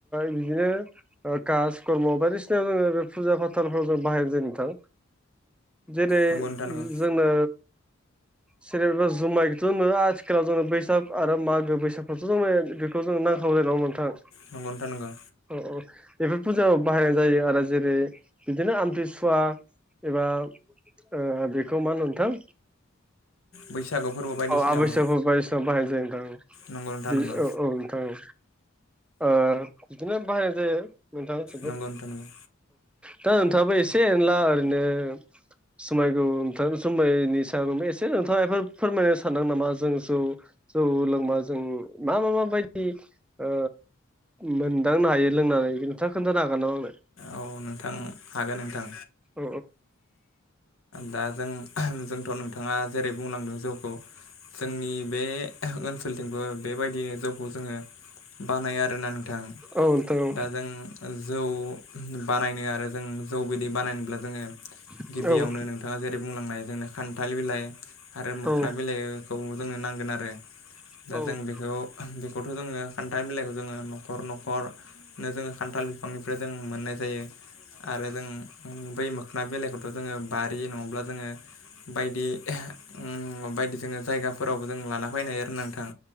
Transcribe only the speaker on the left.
नंगौ नोंथां नंगौ
नंगौ नोंथां नंगौ
बैसागु फोरबो बायदिसिनायावबो
नंगौ नोंथां
नंगौ
नंगौ नोंथां नंगौ
औ नोंथां हागोन नोंथां
दा जों जोंथ' नोंथाङा जेरै बुंलांदों जौखौ जोंनि बे ओनसोलथिंबो बेबायदिनो जौखौ जोङो बानायो आरोना नोंथां
दा जों जौ बानायनो आरो जों जौ बिदि बानायनोब्ला जोङो
गिबियावनो नोंथाङा जेरै बुंलांनाय जोंनो खान्थाल बिलाइ आरो मोखोना
बिलाइखौ जोंनो नांगोन आरो
दा जों बेखौ खौथ' जोङो खान्थाल बिलाइखौ जोङो न'खर न'खर नो जोङो खान्थाल बिफांनिफ्राय जों मोननाय जायो आरो जों बै मोखोना बिलाइखौ जोङो बारि नङाब्ला जोङो बायदि उम बायदि जोङो जायगाफोरावबो जों लाना फैनो हायो आरो ना नोंथां